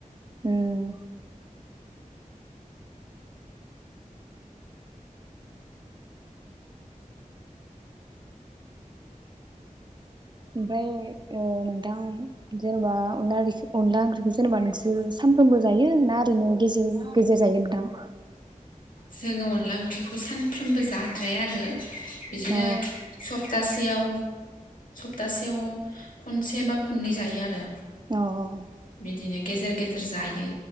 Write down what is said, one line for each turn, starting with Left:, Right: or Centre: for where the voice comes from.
Right: उम ओमफाय ओ नोंथां जेनबा अनला रोसि अनला ओंख्रिखौ जेनेबा नोंसोर सानफ्रोमबो जायो ना ओरैनो गेजेर गेजेर जायो नोंथां
Left: जोङो अनला ओंख्रिखौ सानफ्रोमबो जाद द्राया आरो बिदिनो
Right: अ
Left: सब सप्तासेयाव सप्तासेयाव खनसे बा खननै जायो आरो।
Right: औ औ
Left: बिदिनो गेजेर गेजेर जायो।